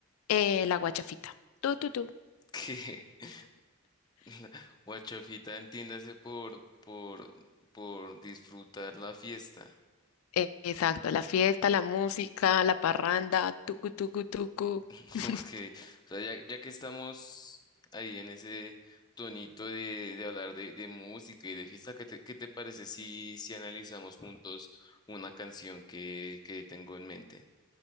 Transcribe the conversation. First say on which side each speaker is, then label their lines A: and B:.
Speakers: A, on the left (about 75°); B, on the left (about 20°).
A: eh, la guachafita. Tu, tu, tu.
B: <laughs> Que la guachafita entiéndase por, por, por disfrutar la fiesta.
A: Eh, exacto, la fiesta, la música, la parranda, tucu, tucu, tucu.
B: <laughs>
A: <laughs>
B: Ok, o sea, ya, ya que estamos ahí en ese tonito de, de hablar de, de música y de fiesta, ¿qué te, qué te parece si, si analizamos juntos una canción que, que tengo en mente?